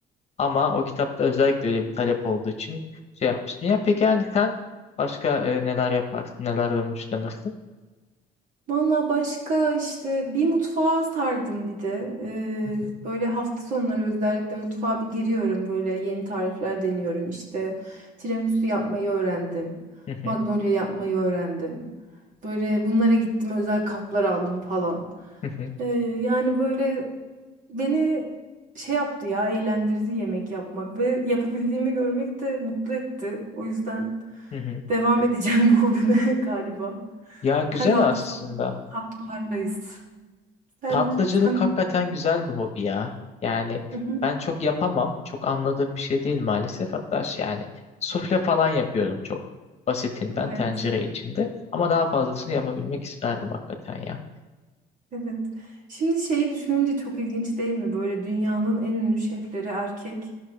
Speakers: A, on the left; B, on the right.
A: Ama o kitapta özellikle öyle bir talep olduğu için şey yapmıştım. Ya peki yani sen başka e, neler yaparsın, nelerden hoşlanırsın?
B: Valla başka işte bir mutfağa sardım bir de. Ee,
A: Hı hı,
B: böyle hafta sonları özellikle mutfağa bir giriyorum. Böyle yeni tarifler deniyorum işte. Tiramisu yapmayı öğrendim.
A: hı hı,
B: Magnolia yapmayı öğrendim. Böyle bunlara gittim özel kaplar aldım falan.
A: hı hı,
B: Ee, yani böyle beni şey yaptı ya eğlendirdi yemek yapmak ve yapabildiğimi görmek de mutlu etti. O yüzden
A: hı hı.
B: devam edeceğim <laughs> bu hobime galiba.
A: Ya güzel
B: Her hafta
A: aslında.
B: sonu Tatlılardayız. Sen,
A: Tatlıcılık
B: sen...
A: hakikaten güzel bir hobi ya. Yani
B: Hı hı,
A: ben çok yapamam. Çok anladığım bir şey değil maalesef. Hatta şey yani sufle falan yapıyordum çok basitinden
B: Evet,
A: tencere içinde. Ama daha fazlasını yapabilmek isterdim hakikaten ya.
B: evet. Şimdi şeyi düşününce çok ilginç değil mi? Böyle dünyanın en ünlü şefleri erkek